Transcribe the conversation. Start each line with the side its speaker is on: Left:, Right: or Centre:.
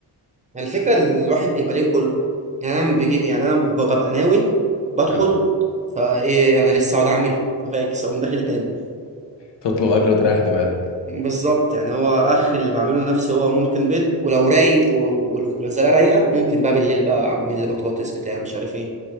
Right: يعني الفكرة إن الواحد يبقى ليه خلق يعني أنا بيجي يعني أنا ب- ببقى ناوي بدخل
Left: يعني
Right: فإيه أنا لسه هقعد أعمل ففاكس أقوم داخل تاني
Left: تطلب اكل وتريح دماغك
Right: بالظبط يعني هو آخر اللي بعمله لنفسي هو ممكن بيض ولو رايق و- والغزالة رايقة ممكن بقى بالليل بقى أعمل لي بطاطس بتاع مش عارف إيه